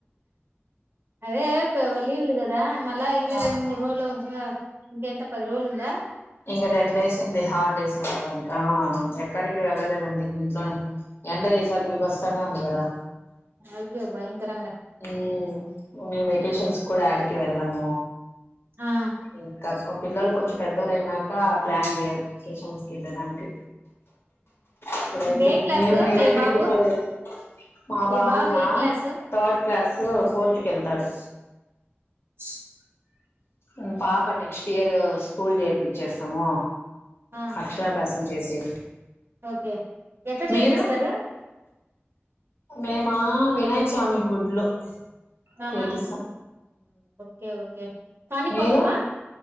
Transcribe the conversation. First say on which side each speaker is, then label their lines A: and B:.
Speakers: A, on the right; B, on the left.
A: అదే ప లీవులు గ దా మళ్ళ ఇంకా
B: ఆ
A: రెండు మూడు రోజులు గ ఇంకెంత పది రోజులుందా
B: ఇంక టెన్ డేస్ ఉంది హాలిడేస్ అవడా ఆ ఎక్కడికి వెళ్ళలే రండి ఇంట్లోనే ఎండలీసార్ భీభత్సంగా ఉంది కదా
A: అయ్యో భయంకరంగా
B: హ్మ్మ్ మేం వేకేషన్స్ కూడా యాడికి వెళ్ళమ
A: ఆ
B: ఇంకా కు పిల్లలు కొంచం పె మొదలైనాక ప్లాన్ చేయాలి వెకేషన్స్ వెళ్ళడానికి ఇప్పుడైతే
A: ఇప్పుడు ఏ క్లాసు
B: ఏం మీరెక్కడికి
A: మీ బాబు
B: పోలేదా మా
A: మీ
B: బాబునా
A: బాబు ఏ క్లాసు
B: థర్డ్ క్లాస్ ఫోర్త్ కెళ్తాడు
A: స్
B: ఉమ్, పాప నెక్స్ట్ ఇయర్ స్కూల్ చేర్పిచ్చేస్తాము
A: ఆ
B: అక్షరాభ్యాసం చేసి
A: ఓకే ఎక్కడ
B: మీరు
A: చేర్పిస్తారు
B: మేమా వినాయ స్వామి గుళ్ళో
A: ఆహా
B: చేపిస్తాం
A: ఓకే ఓకే కాణిపాకమా
B: మీరు